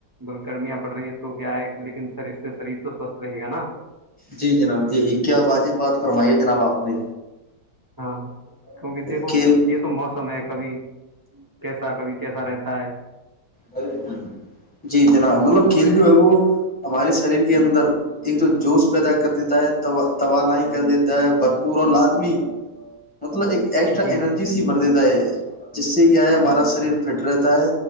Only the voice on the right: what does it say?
بس گرمیاں پڑ رہی ہیں تو کیا ہے لیکن سر اس سے شریر تو سوستھ رہے گا نا
ہاں کیونکہ دیکھو
یہ تو موسم ہے کبھی کیسا کبھی کیسا رہتا ہے
جی
جی
جی